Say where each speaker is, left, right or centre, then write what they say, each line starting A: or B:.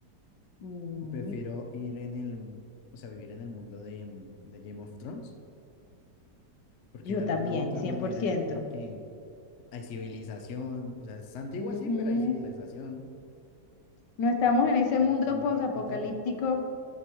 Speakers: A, on the left; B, on the left.
A: Mm,
B: prefiero ir en el, o sea, vivir en el mundo de, de Game of Thrones, porque
A: Yo
B: de alguna
A: también,
B: u otra
A: 100%.
B: manera ahí como que Hay civilización, o sea, es antigua
A: Ujú.
B: sí, pero hay civilización.
A: No estamos
B: No tienes
A: en ese
B: que estar
A: mundo
B: escondiéndote.
A: posapocalíptico,